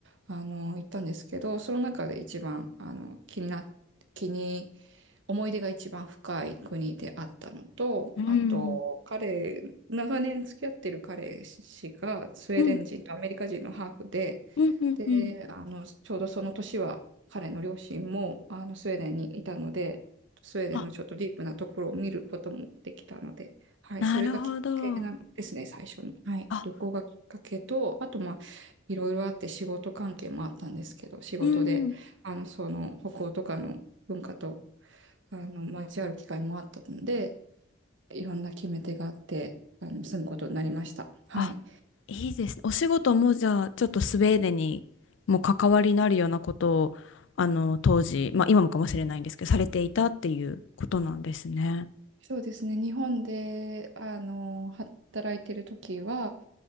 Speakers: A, on the right (about 65°); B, on the left (about 65°).
A: あの行ったんですけど、その中で一番あの気にな気に思い出が一番深い国であったのと、
B: うん。
A: あと、彼、長年付き合ってる彼氏がスウェーデン人とアメリカ人のハーフで、
B: うん。うんうんうん。
A: で、あの、ちょうどその年は彼の両親もあのスウェーデンにいたので、スウェーデンのちょっとディープなところを見ることもできたので、
B: あ、
A: はい、
B: なるほど。
A: それがきっかけなんですね、最初の。はい、
B: あ、
A: 旅行がきっかけと、あと、まあ、いろいろあって仕事関係もあったんですけど、仕事で、
B: うんうん。
A: あの、その北欧とかの文化とあの、交わる機会もあったので、いろんな決め手があって、あの、住むことになりました。はい。
B: あ、いいですね。お仕事もじゃあ、ちょっとスウェーデンにも関わりになるようなことを、あの、当時、まあ今もかもしれないんですけど、されていたっていうことなんですね。
A: そうですね。日本で、あの、働いてる時は、